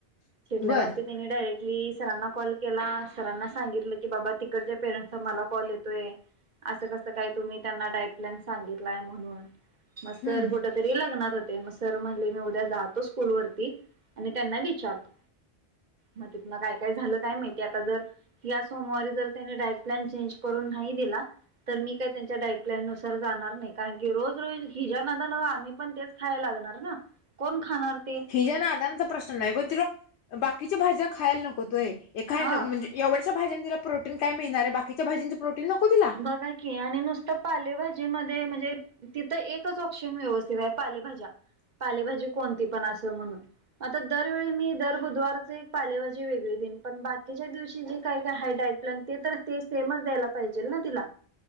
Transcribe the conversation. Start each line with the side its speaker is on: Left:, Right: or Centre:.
Right: चिरल्यावरती
Left: बर
Right: त्यांनी डायरेक्टली सरांना कॉल केला सरांना सांगितलं. की बाबा तिकडच्या पेरेंट्सचा मला कॉल येतोय. असं कसं काही तुम्ही त्यांना डाईट प्लॅन सांगितलाय म्हणून म
Left: हम्म
Right: सर कुठ. तरी लग्नात होते, मग सर म्हणले मी उद्या जातो स्कूलवरती आणि त्यांना विचारतो. म तिथनं काय- काय झालं काय माहिती आता जर ह्या स सोमवारी जर त्यांनी डाईट प्लॅन चेंज करून नाही दिला तर मी काय त्यांच्या डाईट प्लॅननुसार जाणार नाही कारण की रोज- रोज हिज्या नादानं आम्ही पण तेच खायला लागणार ना कोण खाणार ते?
Left: हिज्या नादानीचा प्रश्न नाही, गं तिला बाकीच्या भाज्या खायला नकोत व्हय, ए खायला
Right: हा
Left: म्हणजे एवढ्याशा भाज्यांन तिला प्रोटीन काय मिळणार आहे, बाकीच्या भाज्यांचं प्रोटीन नको तिला.
Right: बघा की आणि नुसतं पालेभाजीमध्ये म्हणजे तिथं एकच ऑप्शन व्यवस्थित आहे पालेभाज्या, पालेभाजी कोणती पण असं म्हणून आता दरवेळी मी दर बुधवाराचे एक पालेभाजी वेगळी दिन, पण बाकीच्या दिवशी जे काय काय आहे डाइट प्लॅन ते तर ते सेमच द्यायला पाहिजे जेल ना तिला